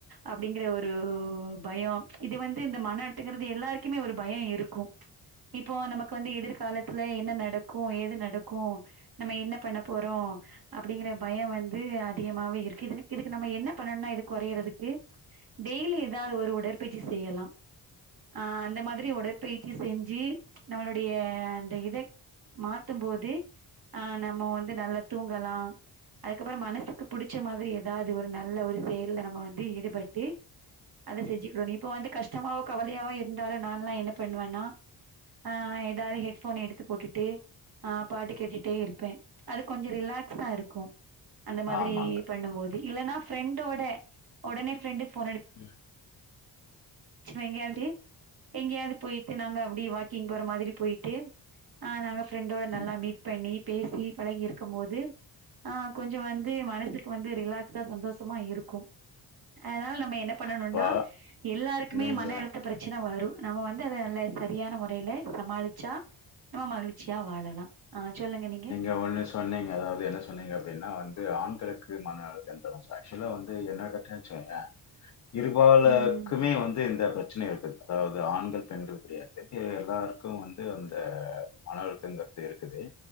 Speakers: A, on the right; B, on the left.
A: அப்படிங்கற ஒரு பயோ இது வந்து இந்த மன அழுத்தங்கிறது எல்லாருக்குமே ஒரு பயோ இருக்கு இப்போ நமக்கு வந்து எதிர்காலத்துல என்ன நடக்கு ஏது நடக்கு நம்ம என்ன பண்ண போறோ அப்டிங்கிற பயோ வந்து அதிகமாவே இருக்கு இது இதுக்கு நம்ம என பண்ணணும்னா இது குறையறதுக்கு டெய்லி ஏதாவு ஒரு உடற்பயிச்சி செய்யலா அ அந்த மாதிரி உடற்பயிச்சி செஞ்சி நம்மளுடைய அந்த இதக் மாத்து போது ஆ நம்ம வந்து நல்லா தூங்கலா அதுக்கப்பறோ மனசுக்கு புடிச்ச மாதிரி ஏதாவ்து ஒரு நல்ல ஒரு செயல்ல நம்ம வந்து ஈடுபட்டு அத செஞ்சுக்ரு நீ இப்ப வந்து கஷ்டமாவோ கவலையாவோ இருந்தாலு நான்லா என்ன பண்ணுவேன்னா ஆ ஏதாவு ஹெட்ஃபோன் எடுத்து போட்டுட்டு ஆ பாட்டு கேட்டுட்டே இருப்பே அது கொஞ்சு ரிலாக்ஸ்டா இருக்கு அந்த மாதிரி
B: ஆமாங்க
A: பண்ணும் போது இல்லன்னா ஃப்ரெண்டோட உடனே ஃப்ரெண்டுக் ஃபோனடி
B: ம்
A: ச்சுவ எங்யான்ட்டி எங்யாவ்து போய்ட்டு நாங்க அப்படி வாக்கிங் போற மாதிரி போய்ட்டேம் ஆ நாங்க ஃப்ரெண்டோ நல்லா
B: ம்
A: மீட் பண்ணி பேசி பழகிருக்கு போது ஆ கொஞ்சோ வந்து மனசுக்கு வந்து ரிலாக்ஸா சந்தோஷமா இருக்கு அனால் நம்ம என்ன பண்ணனுன்னா
B: இப்போ
A: எல்லாருக்குமே
B: நீங்க
A: மன அழுத்த ப்ரத் ச்சின வரு நம்ம வந்து அத நல்லே சரியான முறைய்லே சமாளிச்சா ஆ மகிழ்ச்சியா வாழலா ஆ சொல்லுங்க நீங்க
B: எவனஸ் சொன்னீங்க அதாவ்து என்ன சொன்னீங்க அப்டின்னா வந்து ஆண்களுக்கு மன அழுத்தன்ற ஸோ ஆக்ஷுலா வந்து என்ன டட்றச்சுய்ய
A: <inaudible>
B: இருபால
A: ம்
B: க்குமே
A: ம்
B: வந்து இந்த ப்ரச்சன இர்க்கு அதாவ்து ஆண்கள் பெண்கள் கிடையாத்துக்கே எல்லார்க்கு வந்து அந்த மன அழுத்தங்கள் ஏருக்குதே